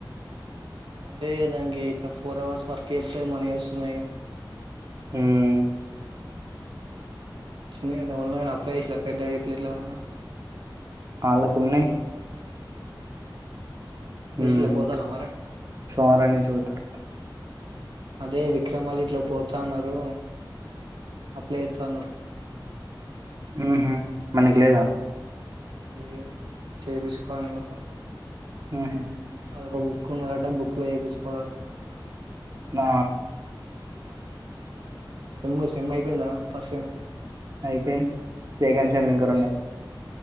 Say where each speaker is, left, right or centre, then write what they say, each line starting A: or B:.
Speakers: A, on the right; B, on the right.
A: ఉహు అదే దానికి ఫోర్ అవర్స్ వర్క్ చేత్తే మనీ వస్తున్నాయిగా
B: ఉం
A: అప్లై ఇచ్చే ఎవళనైనా అప్లై చేశా పెద్ద ఎట్ల ఉన్నావ్
B: వాళ్ళకున్నాయి
A: ఉ
B: మ్మ్
A: ఏసీలో పోతారా మరి
B: సోమవారం నుంచి పోతారు
A: అదే విక్రమ్ వాళ్ళు ఇట్లా పోతాన్నారు అప్లై ఏతన్నారు
B: ఉహ మనకి లేదా
A: లేదు చేపించుకోని ఎవరితో
B: హహ
A: అదోక బుక్ ఉన్నదట బుక్ లో చేపిచుకోవాలట
B: ఆ
A: సెమ్ము సేమ్ము అయిపోయింద ఫస్ట్ సెమ్
B: అయిపోయింది సెకండ్ సెమ్
A: ఎట్లా
B: ఇంకా రెండే